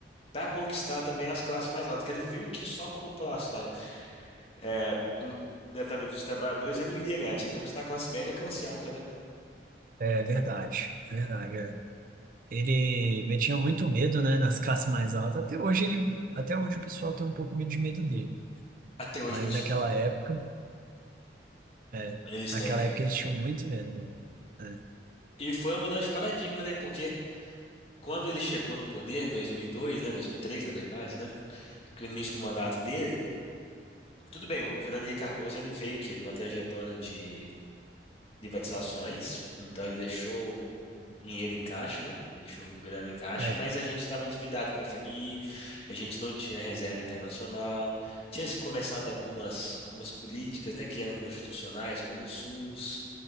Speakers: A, on the left; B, on the right.
A: para conquistar também as classes mais altas, que ele viu que só com a população é, do, né, talvez dos trabalhadores ele não iria ganhar, tinha que conquistar a classe média e a classe alta, né?
B: é verdade, é verdade. é. Ele metia muito medo, né, nas classes mais altas. Até hoje ele, até hoje o pessoal tem um pouco meio de medo dele.
A: Até hoje
B: Mas
A: o pessoal
B: naquela
A: tem um pouco.
B: época, é,
A: Eles
B: naquela
A: têm, cara.
B: época eles tinham muito medo. É,
A: E foi uma mudança de paradigma, né? Porque Quando ele chegou no poder, em 2002, né, 2003, na verdade, né, que é o início do mandato dele, tudo bem, o Fernando Henrique Cardoso, ele veio que de uma trajetória de privatizações, então ele deixou dinheiro em caixa, né, deixou grana em caixa,
B: é,
A: mas a gente estava endividado com o FMI, a gente não tinha reserva internacional, tinha se começado algumas, algumas políticas, né, que eram constitucionais, como o SUS,